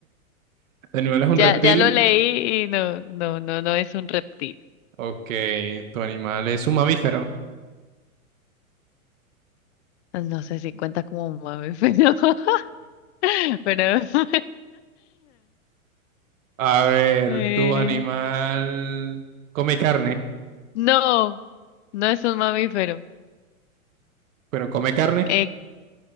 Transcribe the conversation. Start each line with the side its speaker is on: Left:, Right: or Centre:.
Right: Tu animal es un
Left: ya,
Right: reptil.
Left: ya lo leí y no, no, no, no es un reptil.
Right: Ok, tu animal es un mamífero.
Left: No sé si cuenta como un mamífero, <laughs> pero... <laughs>
Right: A ver,
Left: Eh,
Right: tu animal come carne,
Left: No, no es un mamífero.
Right: pero come carne.
Left: Eh,